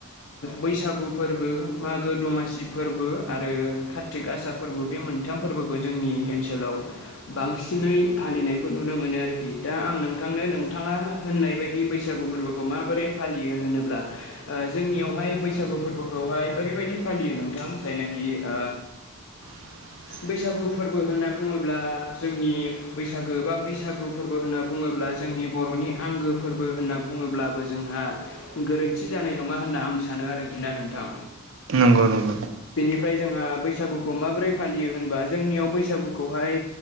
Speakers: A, on the left (about 55°); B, on the right (about 60°).
A: बैसागु फोरबो मागो दमासि फोरबो आरो कार्तिक गासा फोरबो बे मोनथाम फोरबोखौ जोंनि ओनसोलाव बांसिनै फालिनायखौ नुनो मोनो आरोखि दा आं नोंथांनो नोंथाङा होननाय बायदि बैसागु फोरबोखौ माबोरै फालियो होनोब्ला ओ जोंनियावहाय बैसागु फोरबोखौहाय ओरैबायदि फालियो नोंथां थां जायनाखि ओ
B: <inaudible>
A: बैसागु फोरबो होनना बुङोब्ला जोंनि बैसागो बा बैसागु फोरबो होनना बुङोब्ला जोंनि बर'नि आंगो फोरबो होनना बुङोब्लाबो जोंहा गोरोन्थि जानाय नङा होनना आं सानो सानो आरोखि ना नोंथां
B: नंगौ नंगौ
A: बेनिफ्राय जोंहा बैसागुखौ माबोरै फालियो होनबा जोंनियाव बैसागुखौहाय